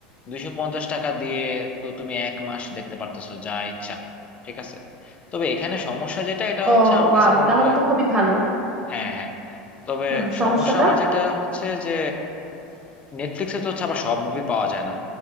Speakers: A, on the left; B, on the right.
A: দুইশো পঞ্চাশ টাকা দিয়ে তো তুমি এক মাস দেখতে পারতেছো যা ইচ্ছা ঠিক আছে তবে এখানে সমস্যা যেটা এটা
B: ও
A: হচ্ছে আমার
B: ওয়াও
A: কাছে মনে
B: তাহলে
A: হয়
B: তো খুবই ভালো
A: হ্যাঁ হ্যাঁ তবে
B: হুম সমস্যাটা
A: সমস্যা আমার যেটা হচ্ছে যে নেটফ্লিক্সে তো হচ্ছে আবার সব মুভি পাওয়া যায় না